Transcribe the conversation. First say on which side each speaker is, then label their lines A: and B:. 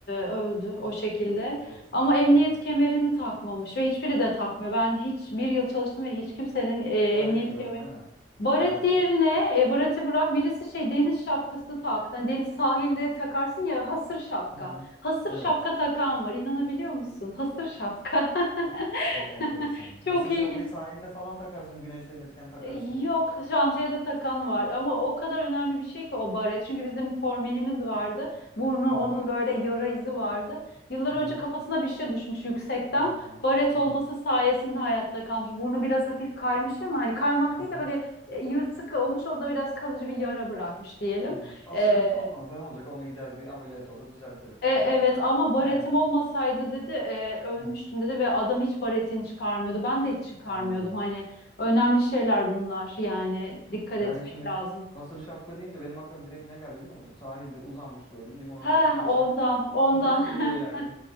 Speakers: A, on the left; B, on the left.
A: öldü
B: Hmm,
A: o şekilde.
B: geçmiş olsun.
A: Ama
B: Ha, Allah
A: emniyet
B: razı olsun.
A: kemerini takmamış ve hiçbiri de takmıyor. Ben hiç bir yıl çalıştım ve hiç kimsenin e,
B: Baret
A: emniyet
B: de yok
A: kemerini
B: değil mi?
A: Baret
B: Baret
A: diğerine,
B: var mı?
A: e, bareti bırak birisi şey deniz şapkası taktı. Hani deniz sahilde takarsın ya hasır şapka.
B: Hı hı.
A: Hasır
B: Evet.
A: şapka takan var. inanabiliyor musun? Hasır şapka.
B: Çok çok
A: <laughs>
B: enteresan.
A: Çok
B: Hasır
A: ilginç.
B: şapkayı sahilde falan takarsın. Güneşlenirken takarsın
A: E,
B: ya.
A: Yok, şantiyede takan var ama o kadar önemli bir şey ki o baret. Çünkü bizim formenimiz vardı. Burnu
B: Hı hı.
A: onun böyle yara izi vardı. Yıllar
B: Hı
A: önce
B: hı.
A: kafasına bir şey düşmüş yüksekten.
B: Aa.
A: Baret
B: Hı.
A: olması sayesinde hayatta kalmış. Burnu biraz hafif kaymış ama hani kaymak
B: Aha.
A: değil de böyle e, yırtık olmuş. O da biraz kalıcı bir yara bırakmış diyelim.
B: Hı. O
A: E,
B: sıkıntı olmaz. Ne olacak? Onu gider bir ameliyat olur düzelttirir.
A: e,
B: Yani
A: evet
B: ne olacak?
A: ama baretim
B: Yani.
A: olmasaydı dedi e, ölmüştüm
B: Hı.
A: dedi ve adam hiç baretini çıkarmıyordu. Ben de hiç çıkarmıyordum.
B: Anladım.
A: Hani önemli şeyler bunlar yani dikkat
B: Yani
A: etmek
B: şimdi
A: lazım.
B: hasır şapka deyince benim aklıma direkt ne geldi biliyor musun? Sahilde uzanmış böyle limonatasını
A: Heh
B: içen
A: ondan ondan.
B: birisi
A: <laughs>
B: geliyor yani.